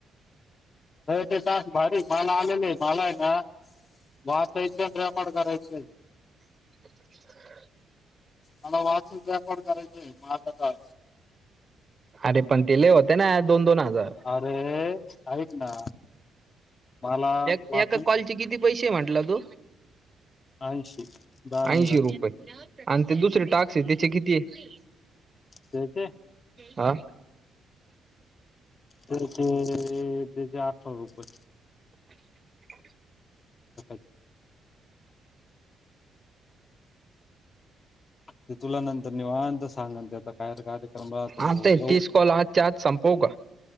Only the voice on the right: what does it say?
<inaudible>
अरे पण ते लय होते ना दोन दोन हजार.
एका
कॉलचे किती पैसे म्हटलं तू
ऐंशी
रुपये आणि ते दुसरे टाक्स आहे त्याचे किती आहे.
ह.
<inaudible>
आता हे तीस कॉल आजच्या आज संपवू का?